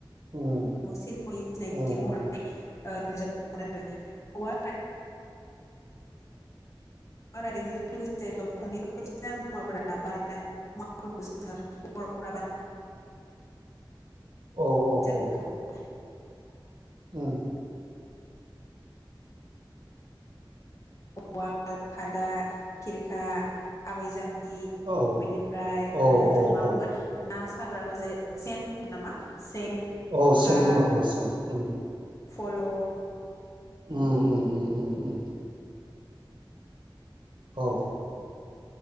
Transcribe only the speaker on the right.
उम
उम
उम
औ औ औ
उम
औ
औ
औ
औ
अ
सेन बुङो अ सेन उम।
उम उम उम उम । औ।।